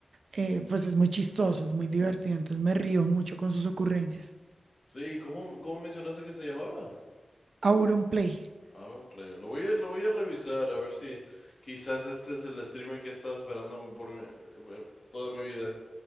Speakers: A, on the right (about 60°); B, on the left (about 50°).
A: eh, pues es muy chistoso, es muy divertido, entonces me río mucho con sus ocurrencias.
B: Sí, ¿cómo, cómo mencionaste que se llamaba?
A: Auron Play.
B: Aaron Player. Lo voy a, lo voy a revisar a ver si quizás este es el streamer que he estado esperando por mi- eh, toda mi vida.